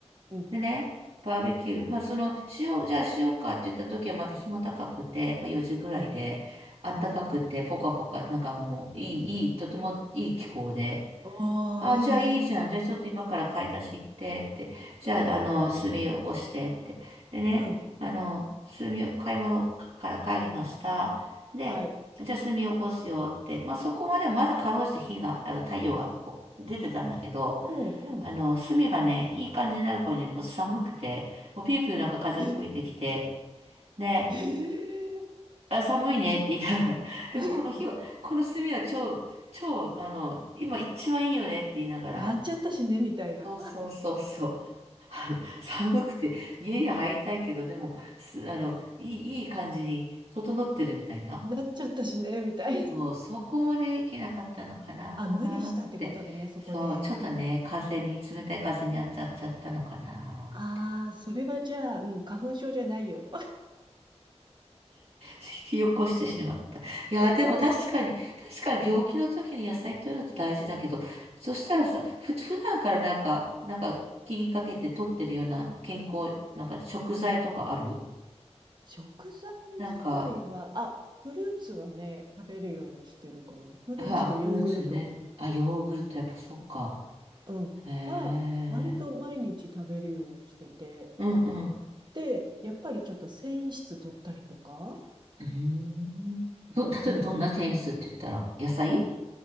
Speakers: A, on the right; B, on the right.
A: うん、
B: でね、バーベキュー。まあ、その、しよう、じゃあしようかって言った時はまだ日も高くて、まあ4時ぐらいで、
A: うん、
B: あったかくて、
A: うん。
B: ポカポカ、なんかもう、いい、いい、とてもいい気候で。
A: ああ、
B: あ、
A: いいね、
B: じゃあいいじゃん。
A: いいね。
B: じゃあちょっと今から買い出し行ってって。じゃあ、
A: うん、
B: あの、炭起こしてって。でね、
A: うん、
B: あの、炭を、買い物かから帰りました。で、
A: はい。
B: じゃあ炭起こすよって。まあ、そこまではまだかろうじて火が、あの、太陽がお出てたんだけど、
A: うん、うん。
B: あの、炭がね、いい感じになる頃にはね、もう寒くて、もうピューピューなんか風が吹いてきて、
A: え、
B: ね、
A: え
B: あ、寒いねって言いながら、<laughs> でもこの火は、
A: え <laughs>
B: この炭は超、超、あの、今一番いいよねって言いながら、
A: いやっちゃったしね、みたいな。
B: そうそうそうそう。あの、寒くて家に入りたいけど、でも、す、あの、いい、いい感じに整ってるみたいな。
A: なっちゃったしね、みたいな。
B: もうそこもね、いけなかったのかなーって。
A: <laughs> あ、無理したってことね、そこで。
B: そう、ちょっとね、風に、冷たい風に当たっちゃったのかなーって。
A: ああ、それはじゃあ、うん、花粉症じゃないよ。
B: 引き起こしてしまった。いやー、
A: <laughs>
B: でも確かに、
A: そうそう。
B: 確かに病気の時に野菜取るって大事だけど、そしたらさ、ふ、普段からなんか、なんか気にかけて取ってるような健康、なんか食材とかある
A: 食材自体は、
B: なんか、
A: あ、フルーツはね、食べるようにしてるかな。フルーツとヨーグルト、
B: うわ、フルーツね。あ、ヨーグルト、やっぱそっか。
A: うん、
B: へえ。
A: は、割と毎日食べるようにしてて、
B: うんうん。
A: で、やっぱりちょっと繊維質取ったりとか、
B: うーん。ど、例えばどんな繊維質って言ったら、
A: うん。
B: 野菜
A: あの、